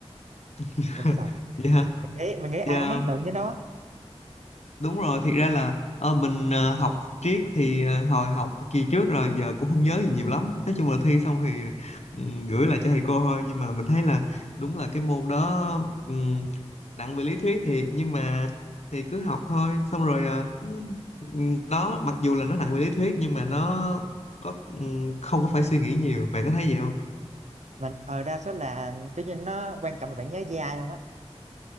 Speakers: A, on the left; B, on the right.
A: <laughs>
B: mình sợ.
A: Dạ
B: Mình nghĩ, mình nghĩ ai
A: dạ
B: cũng ấn tượng với nó.
A: đúng rồi thiệt ra là ờ, mình ờ, học triết thì ờ, hồi học kỳ trước rồi giờ cũng không nhớ gì nhiều lắm nói chung là thi xong thì ừm, gửi lại cho thầy cô thôi nhưng mà mình thấy là đúng là cái môn đó ừm, nặng về lý thuyết thiệt nhưng mà thì cứ học thôi xong rồi ờ, ừm, đó mặc dù là nó nặng về lý thuyết nhưng mà nó có ừm, không có phải suy nghĩ nhiều bạn có thấy gì không
B: Mình, ờ đa số là, tự nhiên nó quan trọng là bạn nhớ với ai không á.